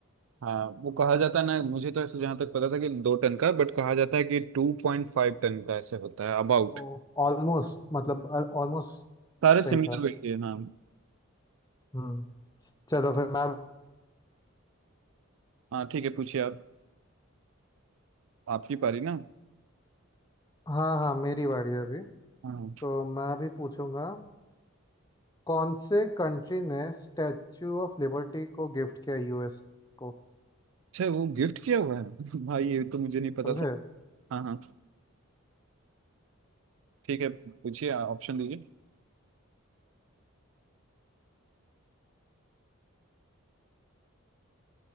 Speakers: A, on the right; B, on the left.
A: हाँ वो कहा जाता है ना मुझे तो ऐसे जहाँ तक पता था कि दो टन का बट कहा जाता है कि टू पॉइंट फाइव टन का ऐसे होता है अबाउट
B: ओ ऑलमोस्ट मतलब ऑलमोस्ट
A: सारे
B: सही
A: सिमिलर
B: था
A: वही है हाँ
B: हम्म चलो फिर मैं
A: हाँ ठीक है पूछिए आप आपकी पारी ना
B: हाँ हाँ मेरी बारी है अभी
A: हाँ
B: तो मैं अभी पूछूंगा कौन से कंट्री ने स्टैच्यू ऑफ लिबर्टी को गिफ्ट किया यूएस को
A: अच्छा वो गिफ्ट किया हुआ है <laughs> भाई ये तो मुझे नहीं पता
B: समझे
A: था हाँ हाँ ठीक है पूछिए ऑप्शन दीजिए